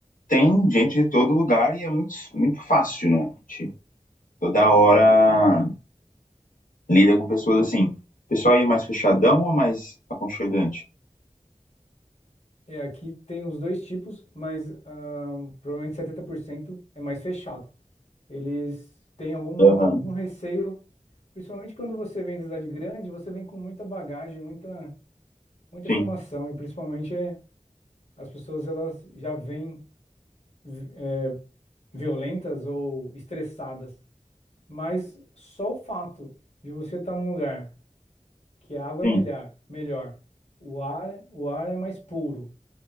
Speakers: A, on the left; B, on the left.
A: tem gente de todo lugar e é muito, muito fácil, né? A gente toda hora lida com pessoas assim. O pessoal aí mais fechadão ou mais aconchegante?
B: É, aqui tem os dois tipos, mas ah, provavelmente 70% é mais fechado. Eles têm alguma,
A: Aham.
B: algum receio, principalmente quando você vem da cidade grande, você vem com muita bagagem, muita, muita
A: Sim,
B: informação, e principalmente eh, as pessoas elas já vêm vi- violentas ou estressadas. Mas só o fato de você estar num lugar que a água
A: sim,
B: é melhor, melhor, o ar, o ar é mais puro